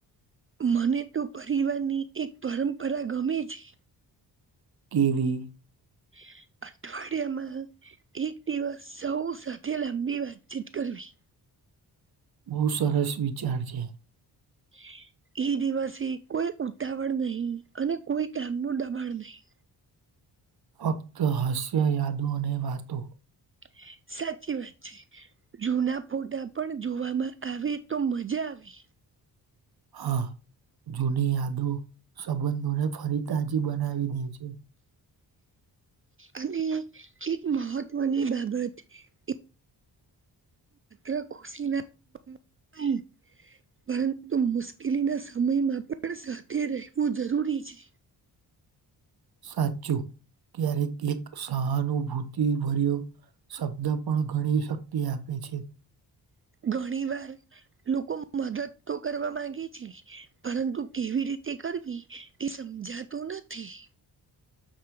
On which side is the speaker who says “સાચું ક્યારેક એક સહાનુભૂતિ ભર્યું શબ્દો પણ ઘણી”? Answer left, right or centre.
Right